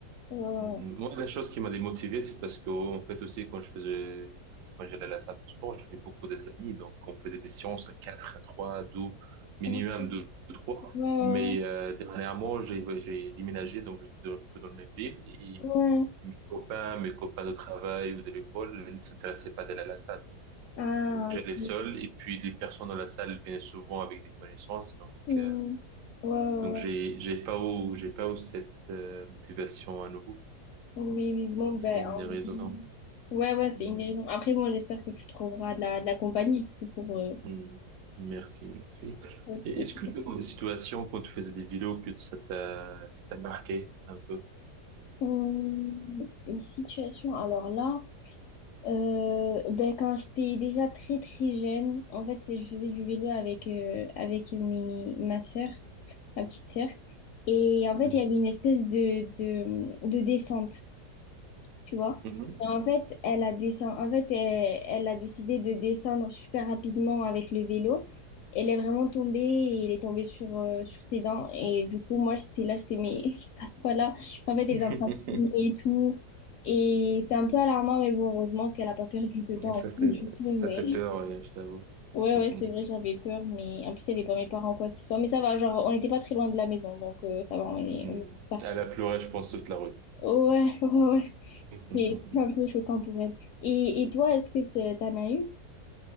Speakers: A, on the left; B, on the right.
A: Euh,
B: Mm, Moi, la chose qui m'a démotivé, c'est parce que, en fait, aussi, quand je faisais, quand j'allais à la salle de sport, j'avais beaucoup des amis. Donc, on faisait des séances à 4, à 3, à 2, minimum
A: ouais,
B: 2, 3.
A: ouais,
B: Mais euh, dernièrement, j'ai j'ai déménagé, donc j'étais dans- plus dans la même ville. Et
A: ouais. ouais.
B: mes copains, mes copains de travail ou de l'école, ils ne s'intéressaient pas d'aller à la salle.
A: Ah,
B: Donc, j'allais
A: ok.
B: seul. Et puis, les personnes dans la salle venaient souvent avec des connaissances. Donc,
A: Hmm.
B: euh,
A: Ouais, ouais,
B: donc j'ai
A: ouais.
B: j'ai pas eu, j'ai pas eu cette euh, motivation à nouveau.
A: Oui, oui, bon, ben.
B: C'est une
A: en-
B: des raisons.
A: Ouais, ouais, c'est
B: Mm,
A: une des raisons. Après, bon, j'espère que tu trouveras de la, de la compagnie, du coup, pour. euh,
B: mm. Merci, merci.
A: pour-
B: Et est-ce que tu as des situations quand tu faisais des vidéos que ça t'a ça t'a marqué un peu?
A: Hum, Une situation, alors là. Euh, ben, quand j'étais déjà très très jeune, en fait, je faisais du vélo avec, euh, avec mes, ma sœur, ma petite sœur. Et en fait,
B: Mhm.
A: il y avait une espèce de, de, de descente tu vois.
B: Mhm.
A: Et en fait, elle a descend... en fait, elle, elle a décidé de descendre super rapidement avec le vélo. Elle est vraiment tombée et elle est tombée sur, euh, sur ses dents. Et du coup, moi, j'étais là, j'étais, mais <laughs> il se passe quoi là? En fait, elle
B: <laughs>
A: est en train de saigner et tout. Et c'était un peu alarmant, mais bon, heureusement qu'elle a pas perdu de dents
B: Ça fait
A: <laughs> du tout.
B: ça
A: Mais
B: fait peur, euh, je t'avoue.
A: ouais,
B: <laughs>
A: ouais, c'est vrai, j'avais peur. Mais en plus, il n'y avait pas mes parents, quoi que ce soit. Mais ça va, genre, on n'était pas très loin de la maison. Donc, euh, ça va, on est,
B: Mm.
A: on est parti.
B: Elle a pleuré, je pense, toute la route.
A: Ouais, <laughs> ouais, ouais.
B: <laughs>
A: C'est c'est un peu choquant pour elle. Et, et toi, est-ce que t'e- t'en as eu?